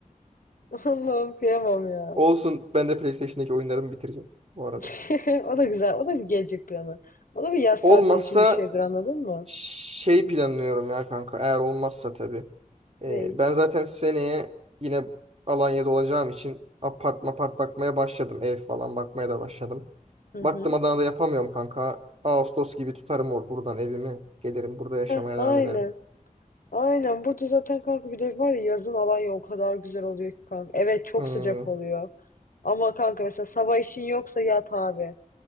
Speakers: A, on the left; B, on the right.
A: <laughs> Allah'ım kıyamam ya.
B: Olsun ben de PlayStation'daki oyunlarımı bitireceğim bu arada.
A: <laughs> O da güzel. O da bir gelecek planı. O da bir yaz
B: Olmazsa
A: saati için bir şeydir anladın mı?
B: şey planlıyorum ya kanka. Eğer olmazsa tabii. Ee,
A: Ney?
B: ben zaten seneye yine Alanya'da olacağım için apart mapart bakmaya başladım. Ev falan bakmaya da başladım.
A: Hı
B: Baktım
A: hı.
B: Adana'da yapamıyorum kanka. Ağustos gibi tutarım or buradan evimi. Gelirim burada yaşamaya
A: Heh, aynen.
B: devam ederim.
A: Aynen burada zaten kanka bir de var ya yazın Alanya o kadar güzel oluyor ki kanka. Evet çok
B: Hmm.
A: sıcak oluyor. Ama kanka mesela sabah işin yoksa yat abi.